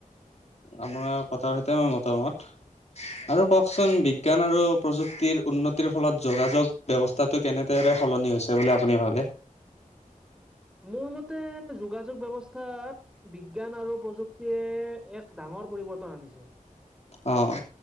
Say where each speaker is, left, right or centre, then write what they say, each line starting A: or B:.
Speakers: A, on the left; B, in the centre.
A: আপোনাৰ কথাৰ সতে মই মতামত। আৰু কওকচোন বিজ্ঞান আৰু প্ৰযুক্তিৰ উন্নতিৰ ফলত যোগাযোগ ব্যৱস্থাটো কেনেদৰে সলনি হৈছে বুলি আপুনি ভাবে?
B: মোৰ মতে যোগাযোগ ব্যৱস্থাত বিজ্ঞান আৰু প্ৰযুক্তিয়ে এক ডাঙৰ পৰিৱৰ্তন আনিছে।
A: অ',